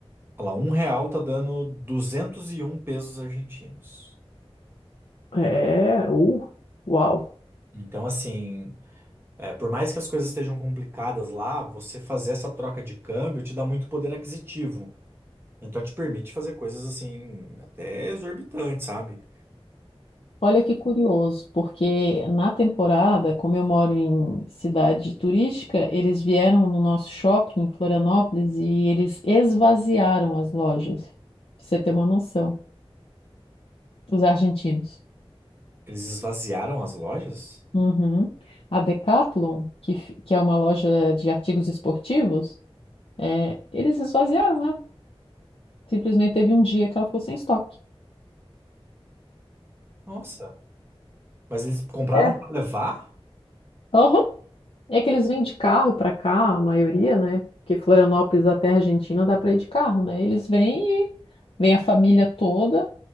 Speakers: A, on the right (about 20°); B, on the left (about 70°).
A: lá, um real tá dando 201 pesos argentinos.
B: É, uh, uau.
A: Então, assim, é, por mais que as coisas estejam complicadas lá, você fazer essa troca de câmbio te dá muito poder aquisitivo. Então te permite fazer coisas assim, até exorbitantes, sabe?
B: Olha que curioso, porque na temporada, como eu moro em cidade turística, eles vieram no nosso shopping em Florianópolis e eles esvaziaram as lojas, pra você ter uma noção, os argentinos.
A: Eles esvaziaram as lojas?
B: Uhum. A Decathlon, que, fi- que é uma loja de artigos esportivos, é, eles esvaziaram ela. Simplesmente teve um dia que ela ficou sem estoque.
A: Nossa. Mas eles compraram
B: É.
A: pra levar?
B: Aham. É que eles vêm de carro para cá, a maioria, né? Porque Florianópolis até a Argentina dá para ir de carro, né? Eles vêm e vem a família toda.